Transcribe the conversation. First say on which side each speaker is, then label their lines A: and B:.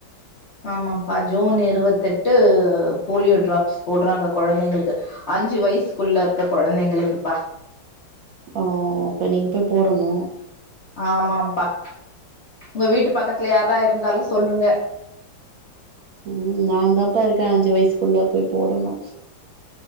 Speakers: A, on the left; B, on the right.
A: ஆமாம்ப்பா ஜூன் இருவத்தெட்டு போலியோ ட்ராப்ஸ் போடுறாங்க கொழந்தைங்களுக்கு அஞ்சு வயசுக்குள்ள இருக்க குழந்தைங்களுக்குப்பா
B: ஓ அப்ப நீங்க போய் போடணு
A: ஆமாம்ப்பா உங்க வீட்டு பக்கத்துல யாரா இருந்தாலு சொல்லுங்க
B: ம் நா தான்ப்பா இருக்கே அஞ்சு வயசுக்குள்ள போய் போடணு